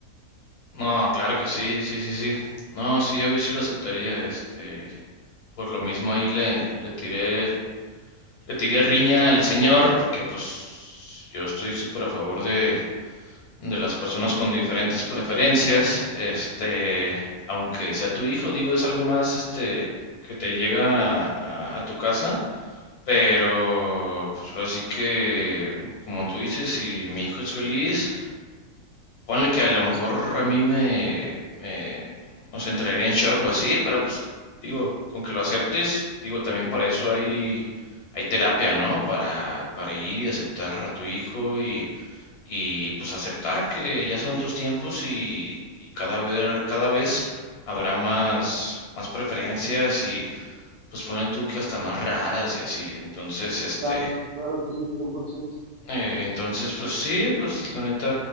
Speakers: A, on the left; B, on the right.
A: No, claro que sí, sí, sí, sí. No, sí, obvio sí lo aceptaría, este, por lo mismo ahí le, le tiré. Le tiré riña al señor porque pues yo estoy súper a favor de, de las personas con diferentes preferencias. Este, aunque sea tu hijo, digo, es algo más este que te llega a, a- a tu casa. Pero pues ahora sí que, como tú dices, si mi hijo es feliz, Ponle que a lo mejor a mí me, me, no entraría en shock o así, pero pues digo, con que lo aceptes, digo, también para eso hay, hay terapia, ¿no? Para, para ir y aceptar a tu hijo y, y pues aceptar que ya son otros tiempos y, y cada vez, cada vez habrá más, más preferencias y pues ponle tú que hasta más raras y así. Entonces, este,
B: Claro, claro, sí, sí, cien por ciento
A: eh, entonces, pues sí, pues la neta,